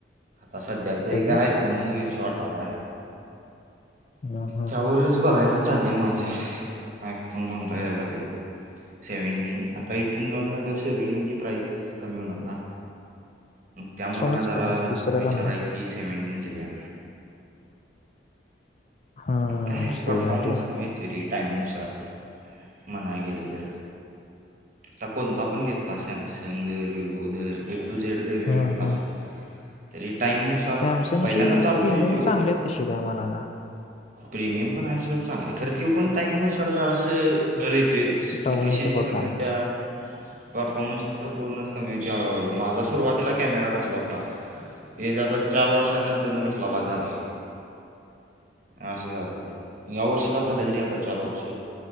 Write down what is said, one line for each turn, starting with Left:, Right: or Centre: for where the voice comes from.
Right: तसं त्याचंही
Left: कधी
Right: काय फोनच घेवू शी वाटालाय.
Left: हम्म हम्म
Right: त्यावरच बघायच चाललंय माझं. आयफोन कोणता घ्यायचा ते. सेव्हेन्टीन आता एट्टीन लाॉन झाल्यावर सेव्हेन्टीनची प्राइज कमी होणार ना.
Left: <inaudible>
Right: त्यामुळे
Left: फोनच
Right: हा जरा
Left: का आज दुसरं
Right: विचार
Left: का नाही
Right: आहे की, सेव्हेन्टीन घेऊया.
Left: हम्म
Right: काये
Left: सेव्हन्टीन
Right: परफॉर्मन्स कमी हायती रे. टाईमनुसार म्हणाय गेलं तर तर कोणता पण घेतला सॅम संग व्हिओ तर ए टू झेड तर
Left: हम्म
Right: घेतलास
Left: हम्म
Right: तरी टाईम नुसार
Left: सॅमसंगचे
Right: पहिल्यांदा चाल
Left: प्रीमियम
Right: तोय त्यो.
Left: चांगले आहेत तसे त्या मनाला
Right: प्रिमियम पण आहे सोड चांगली खरं. तो पण टाईम नुसार जरासं डरेट तेच
Left: डाऊन
Right: इफिशियन्सी
Left: येते परफॉर्मन्स
Right: कमी होत्या, परफॉर्मन्स तर पूर्णच कमी हळूहळू माझा सुरुवातीला कॅमेरा कसला होता. हे जातात चार वर्षानंतर न कसला बाद झालाय. असं झालं या वर्षीला झालं तरी आता चार वर्षे.